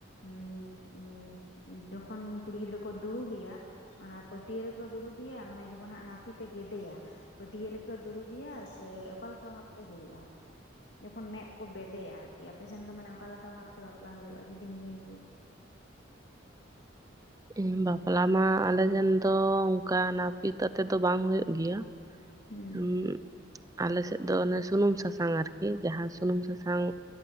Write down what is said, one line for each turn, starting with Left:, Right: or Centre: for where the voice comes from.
Left: ᱩᱸ ᱩᱸ ᱩᱸ ᱡᱚᱠᱷᱚᱱ ᱠᱩᱲᱤ ᱜᱤᱫᱽᱨᱟᱹ ᱠᱚ ᱫᱩᱲᱩᱵᱮᱭᱟ ᱚᱱᱟ ᱯᱟᱹᱴᱭᱟᱹ ᱨᱮᱠᱚ ᱫᱩᱲᱩᱵᱤᱭᱟ, ᱢᱟᱱᱮ ᱡᱚᱠᱷᱚᱱ ᱦᱟᱸᱜ ᱱᱟᱯᱤᱛᱼᱮ ᱜᱮᱫᱮᱭᱟ ᱯᱟᱹᱴᱭᱟᱹ ᱨᱮᱠ ᱯᱮ ᱫᱩᱨᱩᱵᱤᱭᱟ ᱥᱮ ᱚᱠᱟ ᱞᱮᱠᱟ ᱵᱷᱟᱵᱽ ᱛᱮ ᱦᱩᱭᱩᱜ-ᱟ? ᱡᱚᱠᱷᱚᱱ ᱢᱮᱸᱫ ᱠᱚ ᱵᱮᱫᱮᱭᱟ ᱟᱨ ᱠᱤ ᱟᱯᱮ ᱥᱮᱱ ᱫᱚ ᱢᱟᱱᱮ ᱚᱠᱟ ᱞᱮᱠᱟ ᱵᱷᱟᱵᱽ ᱛᱮ ᱵᱟᱯᱞᱟ ᱦᱩᱭᱩᱜ-ᱟ ᱡᱩᱫᱤᱢ ᱞᱟᱹᱭ ᱠᱮᱭᱟ
Right: ᱩᱸ ᱵᱟᱯᱞᱟ ᱢᱟ ᱟᱞᱮ ᱥᱮᱱ ᱫᱚ ᱚᱱᱠᱟ ᱱᱟᱯᱤᱛ ᱟᱛᱮ ᱫᱚ ᱵᱟᱝ ᱦᱩᱭᱩᱜ ᱜᱮᱭᱟ᱾
Left: ᱦᱩᱸ᱾
Right: ᱩᱸᱜ‌ ᱟᱞᱮ ᱥᱮᱜ ᱫᱚ ᱚᱱᱮ ᱥᱩᱱᱩᱢ ᱥᱟᱥᱟᱝ ᱟᱨ ᱠᱤ ᱡᱟᱦᱟᱸ ᱥᱩᱱᱩᱢ ᱥᱟᱥᱟᱝ